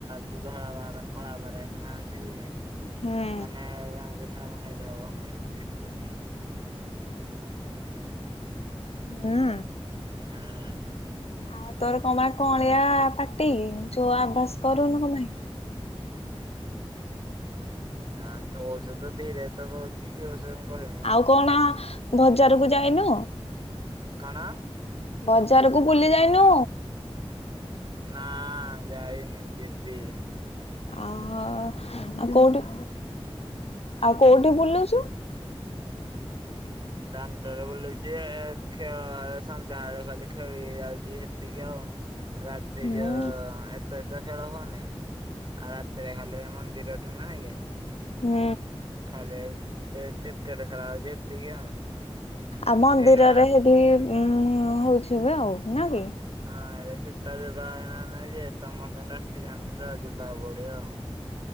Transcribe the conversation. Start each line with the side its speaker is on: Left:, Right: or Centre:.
Right: ଯୋଉ ଧଳା ପାରା କଳା ପାରା ଏଠି ନାହାନ୍ତି କି?
Left: ହୁଁ
Right: ମାନେ କାହିଁକି ନା ମୁଁ ହେଇ ଜାଗାକୁ ଅନେଇକି ଦେଖୁଛି।
Left: ହୁଁ।
Right: ହୁଁ।
Left: ଆଉ ତୋର କଣ ବା କଅଳିଆ ପାଟି, ଯୁଆ ଆବାଜ୍ କରୁନୁ କଣ ପାଇଁ।
Right: ନା ଜୋରସେ ତ ଧୀରେ ତ ହୋଉଛି ଜୋରସେ କଣ କହିବ ମୋ
Left: ଆଉ କଣ ବଜାରକୁ ଯାଇନୁ?
Right: କଣ?
Left: ବଜାରକୁ ବୁଲି ଯାଇନୁ?
Right: ନା ଯାଇନି ଯିବି।
Left: ଓହୋ ଆଉ କୋଉଠି ଆଉ କୋଉଠି ବୁଲୁଛୁ?
Right: ଦାଣ୍ଡରେ ବୁଲୁଛି ଏ ଖେଳ ସନ୍ଧ୍ୟା ବଳେ ଖାଲି ଖେଳି ଯାଉଛି ସେତିକି ଆଉ। ରାତି
Left: ହୁଁ।
Right: ଯୋଉ ଏ ତେ ତ ଖେଳ ହଉନି ଆଉ ରାତିରେ ଖାଲି ମନ୍ଦିର ଠୁ ନୁହଁ କି?
Left: ହୁଁ।
Right: ଖାଲି କ୍ରିକେଟ ଖେଳ ହୋଉଛି ହେତିକି ଆଉ।
Left: ଆଉ ମନ୍ଦିରରେ
Right: ଏଇନା
Left: ହେଠି ଉ ହୋଉଥିବ ଆଉ ନାଇକି?
Right: ହଁ ଏରେ ସୀତା ବିିବାହ ନାଇଁ ଯେ ସମସ୍ତେ ଡାକିଥାନ୍ତି ତ ଯିବାକୁ ପଡିବ ଆଉ।